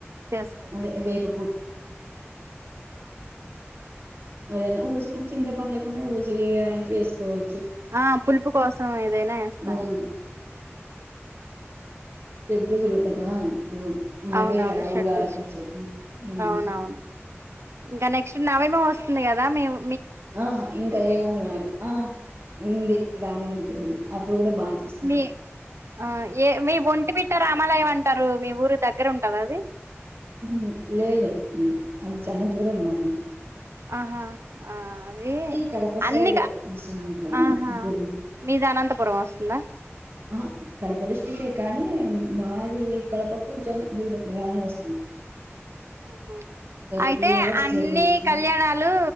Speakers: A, on the right; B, on the right.
A: చేస్కుంటారు.
B: అదే వేప ఏదన్న ఊసిరి చింత పండు లేకున్న ఊసిరి ఇగ అయిన వేసుకోవ
A: ఆ పులుపు కోసం ఏదైనా
B: <unintelligible>
A: వేస్తాను
B: షడ్రుచులు కదా ఇప్పుడు అవే
A: అవునవును
B: కదా
A: షడ్రుచులు
B: ఉగాది పచ్చడి ఉమ్
A: అవునవును ఇంకా నెక్స్ట్ నవమి వస్తుంది కదా మేము
B: ఆ ఇంకా ఏముంది మరి ఆ ఉంది రాముని గుడి ఉంది అప్పుడు కూడా బా చూస్తారు
A: మీ ఆ ఏ మీ ఒంటిమిట్ట రామాలయం అంటారు. మీ ఊరు దగ్గర ఉంటద అది
B: ఉమ్ లేదు అది చానా దూరం మాకు
A: ఆహా ఆ అది
B: కడప
A: అన్నిక
B: సైడ్ వస్తుంది మీకు
A: ఆహా మీది అనంతపురం వస్తుందా
B: అహా కడప డిస్టికే కానీ, మాది కడపకు చాలా దూరం లాంగ్ వస్త
A: ఉహు అయితే
B: త్రీ అవర్స్
A: అన్నీ
B: జర్నీ వస్తుంది
A: కళ్యాణాలు